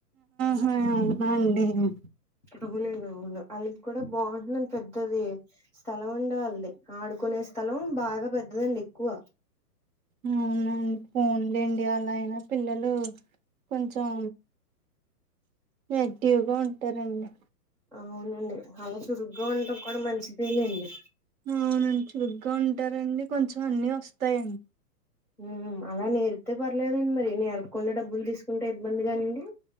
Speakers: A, on the right; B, in the centre.
A: ఆ అయిండేమో
B: అవ్వలేదు ఇంగా ఊర్లో ఆల్లది కూడా బావుంటుందండి పెద్దదీ స్థలం ఉండే వాల్దీ ఆడుకునే స్థలం బాగ పెద్దదండి ఎక్కువ
A: ఇంగ అవునా అండి ఫోన్లేండి అలా అయినా పిల్లలూ కొంచెం యాక్టివ్గా ఉంటరండి.
B: అవున్లే అలా చురుగ్గా ఉండటం కూడా మంచిదే లేండి
A: అవునండి చురుగ్గా ఉంటారండి కొంచెం అన్నీ వస్తాయండి
B: ఊ అలా నేర్పితే పర్లేదండి మరి నేర్పకుండా డబ్బులు తీసుకుంటే ఇబ్బంది కానీండీ